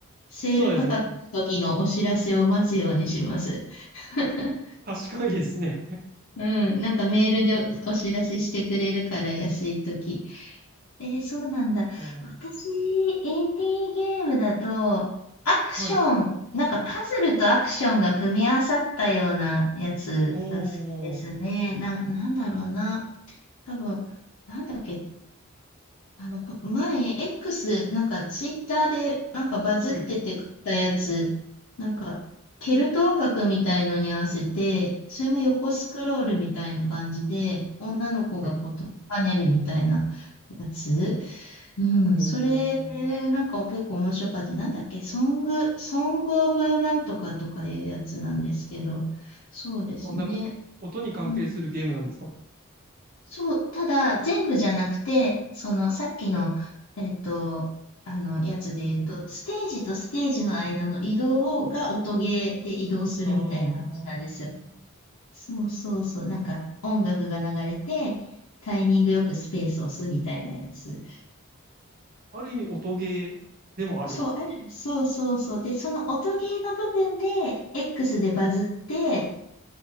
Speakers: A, on the left; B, on the right.
A: セール価格の時のお知らせを待つようにします。
B: そうですね。
A: <laughs>
B: 賢いですね。
A: うん、なんかメールでお、お知らせしてくれるから、安い時。えーそうなんだ。
B: あー
A: 私、インディーゲームだと、アクション、
B: はい。
A: なんかパズルとアクションが組み合わさったようなやつが好きですね。
B: おー、
A: な、なんだろうな。多分、なんだっけ、あの、こ前、X、なんかツイッターでなんかバズっててたやつ、
B: はい、
A: なんか、ケルト音楽みたいのに合わせて、それも横スクロールみたいな感じで、女の子がこう、
B: はい。
A: 跳ねるみたいなやつ。うん、
B: お
A: それ、
B: ー。
A: なんか結構面白かった。なんだっけ、ソング、ソングオブなんとかとかいうやつなんですけど、そうですね。
B: あ、なんか、音に関係するゲームなんですか
A: うん。そう、ただ、全部じゃなくて、その、さっきの、えっと、あの、やつで言うと、ステージとステージの間の移動が音ゲーで移動するみたいな感じなんですよ。
B: あー。
A: そうそうそう、なんか音楽が流れて、タイミングよくスペースを押すみたいなやつ。
B: ある意味音ゲーでもある。
A: そう、ある。そうそうそう。で、その音ゲーの部分で、X でバズって、